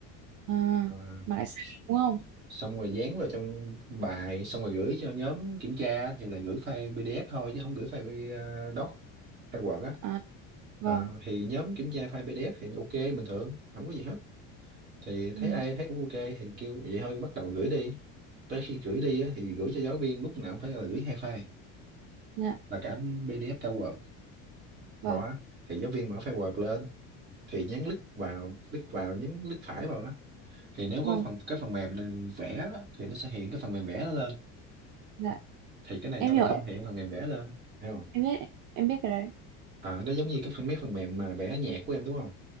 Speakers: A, on the right; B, on the right.
A: à
B: Ờ,
A: mà lại sai
B: s-
A: đúng không
B: xong rồi dán vào trong bài xong rồi gửi cho nhóm kiểm tra thì là gửi file PDF thôi chứ không gửi file ờ, doc file Word á
A: à vâng
B: Ờ, thì nhóm kiểm tra file PDF thì ok bình thường không có gì hết thì
A: ừ,
B: thấy ai thấy cũng ok thì kêu vậy thôi bắt đầu gửi đi tới khi gửi đi á, thì gửi cho giáo viên lúc nào cũng phải là gửi hai file
A: dạ
B: là cả PDF cả Word
A: vâng
B: đó thì giáo viên mở file Word lên thì nhấn click vào click vào nhấn click phải vào á thì nếu
A: vâng
B: có phần cái phần mềm vẽ á, thì nó sẽ hiện cái phần mềm vẽ nó lên
A: dạ
B: thì cái này
A: em
B: nó lại
A: hiểu
B: không
A: em
B: hiện phần mềm vẽ lên hiểu không
A: em biết em biết cái đấy
B: à, nó giống như cái phần mấy phần mềm mà vẽ nhạc của em đúng không